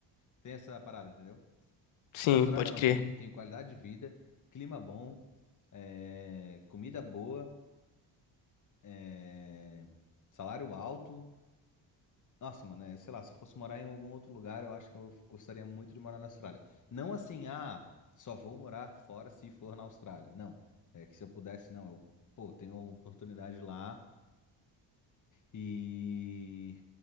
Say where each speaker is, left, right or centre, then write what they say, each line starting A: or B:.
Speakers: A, on the left; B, on the left.
A: Tem essa parada, entendeu?
B: Sim,
A: A Austrália
B: pode
A: não,
B: crer.
A: tem, tem qualidade de vida, clima bom, é, comida boa, é, salário alto. Nossa, mano, é, sei lá, se eu fosse morar em algum outro lugar, eu acho que eu gostaria muito de morar na Austrália. Não assim, ah, só vou morar fora se for na Austrália. Não. É que se eu pudesse, não, eu, pô, tenho uma oportunidade lá e.